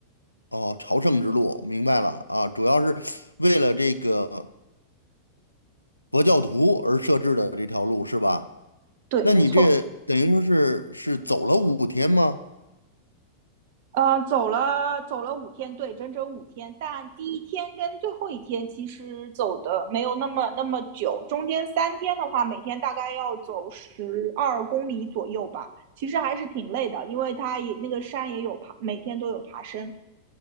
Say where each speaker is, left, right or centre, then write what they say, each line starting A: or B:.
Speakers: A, on the left; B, on the right.
A: 哦，朝圣之路，明白了啊，主要是为了这个。佛教徒而设置的这条路是吧？
B: 对，
A: 那你这等于说是是走了五天吗？
B: 没错。呃，走了走了五天，对，整整五天。但第一天跟最后一天其实走的没有那么那么久，中间三天的话，每天大概要走十二公里左右吧。其实还是挺累的，因为它也那个山也有爬，每天都有爬升。